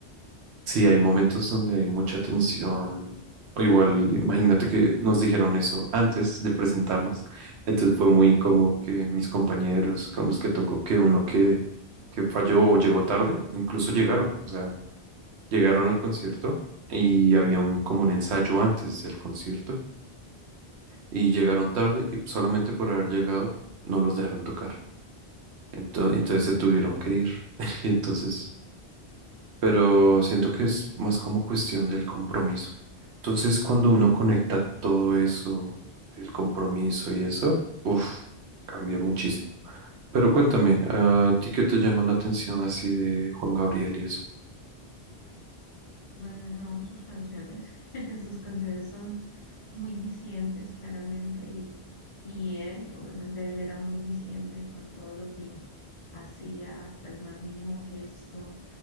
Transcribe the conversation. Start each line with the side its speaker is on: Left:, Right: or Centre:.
Right: Sí, hay momentos donde hay mucha tensión. O igual, imagínate que nos dijeron eso antes de presentarnos. Entonces fue muy incómodo que mis compañeros con los que tocó, que uno que, que falló o llegó tarde, o incluso llegaron. O sea, llegaron al concierto y había un, como un ensayo antes del concierto y llegaron tarde y solamente por haber llegado no los dejaron tocar. Ento- Entonces, se tuvieron que ir. <laughs> Entonces pero siento que es más como cuestión del compromiso. Entonces, cuando uno conecta todo eso, el compromiso y eso, uff, cambia muchísimo. Pero cuéntame, ¿a ti qué te llama la atención así de Juan Gabriel y eso?
Left: Bueno, no, sus canciones, <laughs> sus canciones son muy dicientes, claramente, y, y él, obviamente, él era muy diciente con todo lo que hacía, hasta el más mínimo gesto,